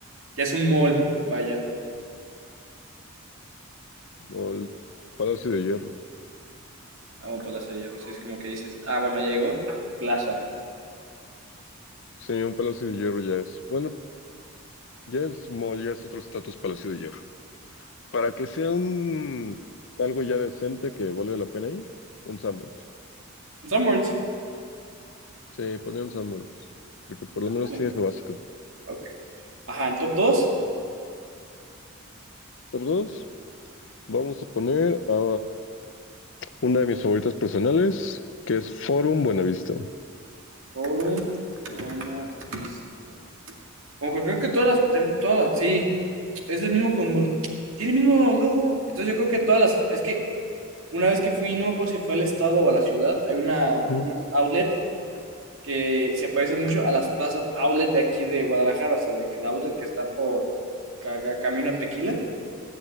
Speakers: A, on the right; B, on the left.
A: ya es un mall, vaya,
B: o el Palacio de Hierro.
A: vamos para Plaza de Hierro, si es como que dices, ah, bueno, ya llegó, plaza.
B: Sí, un Palacio de Hierro ya es, bueno, ya es mall, ya es otro estatus Palacio de Hierro. Para que sea un algo ya decente que valga la pena ir, un Sanborns.
A: Sanborns.
B: Sí, pondría un Sanborns, porque por lo menos
A: Bien,
B: tienes lo básico.
A: Ok. Ajá, en top 2
B: Top 2, vamos a poner a una de mis favoritas personales, que es Forum Buenavista.
A: Forum, Buena Vista. Como que creo que todas las, tem- todas las, sí, es el mismo con, tiene el mismo logo, entonces yo creo que todas las, es que Una vez que fui, no me acuerdo si fue al estado o a la ciudad, hay una,
B: Mm,
A: una outlet que se parece mucho a las plazas outlet de aquí de Guadalajara, o sea, de que el outlet que está por ca- ca- Camino a Tequila,